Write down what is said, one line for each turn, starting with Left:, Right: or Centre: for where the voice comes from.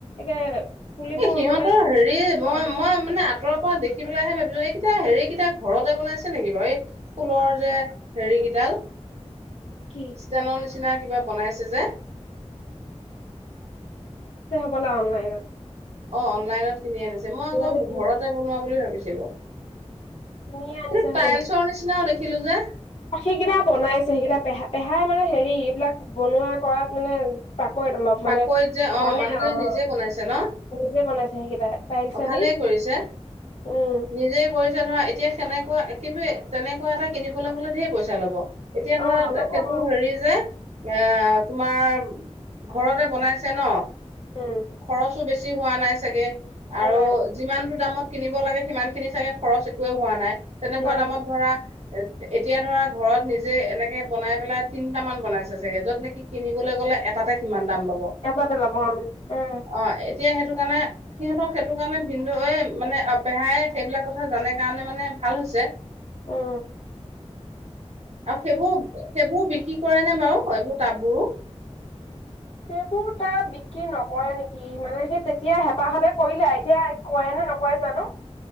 Left: একে পুলিবোৰ
Right: এ সিহঁতৰ
Left: ৰুবলৈ
Right: হেৰি মই
Left: অ
Right: মই মানে আঁতৰৰ পৰা দেখি পেলাইহে ভাবোঁ এইকেইটা হেৰি কেইটা ঘৰতে বনাইছে নেকি বাৰু? এই ফুলৰ যে হেৰি কেইডাল।
Left: কি
Right: স্টেনৰ নিচি নিচিনা কিবা বনাইছে যে।
Left: বলা অনলাইনত।
Right: অ অনলাইনত কিনি আনিছে। মই
Left: অনলাইনত
Right: আকৌ
Left: কিনি
Right: ঘৰতে বনোৱা বুলি ভাবি ছিলোঁ।
Left: কিনিয়ে আনিছে
Right: সেইটো
Left: হ'বলা
Right: টাইলচৰ নিচিনা দেখি ছিলোঁ যে।
Left: সেইকেইটা বনাইছে সেইকেইটা পেহা পেহাই মানে হেৰি এইবিলাক বনোৱা কৰাত মানে, পাকৈত অলপ মানে
Right: পাকৈত যে
Left: জানে
Right: অ মানুহজনী
Left: আৰু
Right: নিজে বনাইছে ন?
Left: নিজে বনাইছে সেইকেইটা টাইলছে
Right: অ ভালেই
Left: দি
Right: কৰিছে।
Left: উম
Right: নিজে কৰিছে ধৰা এতিয়া সেনেকুৱা কিন্তু তেনেকুৱা এটা কিনিবলৈ গ'লে ঢেৰ পইছা ল'ব। এতিয়া
Left: অ
Right: ধৰা
Left: ল'ব
Right: সেইটো
Left: অ
Right: হেৰি যে, এ--তোমাৰ ঘৰতে বনাইছে ন?
Left: উম
Right: খৰচো বেছি। বেছি হোৱা নাই চাগে। আৰু
Left: নাই
Right: যিমানটো দামত কিনিব লাগে সিমানখিনি চাগে খৰচ একোৱেই হোৱা নাই। তেনেকুৱা
Left: নাই
Right: দামত ধৰা, এতিয়া ধৰা ঘৰত নিজে এনেকে বনাই পেলাই তিনিটা মান বনাইছে চাগে, য'ত নেকি কিনিবলৈ গ'লে এটা টাতে কিমান দাম ল'ব।
Left: এটাতে ল'ব আৰু উম।
Right: অ এতিয়া সেইটো কাৰণে সিহঁতক সেইটো কাৰণে ভিনদেউৱে মানে অ পেহাই সেইবিলাক কথা জানে কাৰণে মানে ভাল হৈছে।
Left: অ
Right: আৰু সেইবোৰ সেইবোৰ বিক্ৰী কৰেনে বাৰু এইবোৰ টাববোৰো?
Left: সেইবোৰ তাত বি ক্ৰি নকৰে নেকি, মানে সেই তেতিয়া হেঁপাহতে কৰিলে এতিয়া কৰে নে নকৰে জানোঁ।